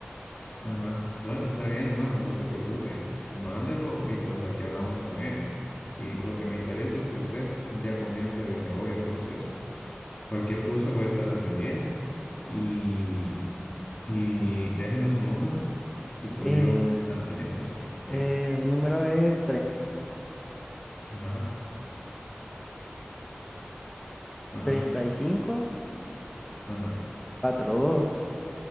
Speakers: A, on the left (about 35°); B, in the centre.
A: Ajá. Bueno, está bien, hermano, no se preocupe. Mándelo y pues aquí hablamos con él. Y lo que me interesa es que usted ya comience desde hoy el proceso. Cualquier cosa voy a estar al pendiente y, y déjeme su número y pues
B: Eh,
A: yo voy a estar al pendiente a usted.
B: eh,
A: Dígame.
B: mi número es
A: Ajá, ajá,
B: 32, 79, 35,
A: ajá.
B: dos